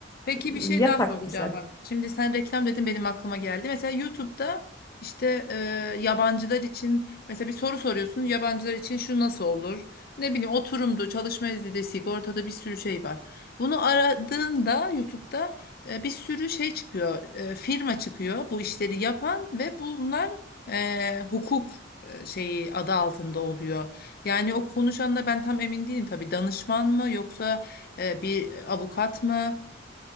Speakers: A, on the left (about 55°); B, on the left (about 20°).
A: Peki
B: E,
A: bir
B: Yasak
A: şey daha soracağım
B: bize.
A: bak. Şimdi sen reklam dedin benim aklıma geldi. Mesela YouTube'da işte e, yabancılar için mesela bir soru soruyorsun. Yabancılar için şu nasıl olur? Ne bileyim oturumdu, çalışma izni sigortada bir sürü şey var. Bunu aradığında YouTube'da e, bir sürü şey çıkıyor. e, firma çıkıyor bu işleri yapan ve bunlar e, hukuk e, şeyi adı altında oluyor. Yani o konuşanla ben tam emin değilim tabii danışman mı yoksa e, bir avukat mı?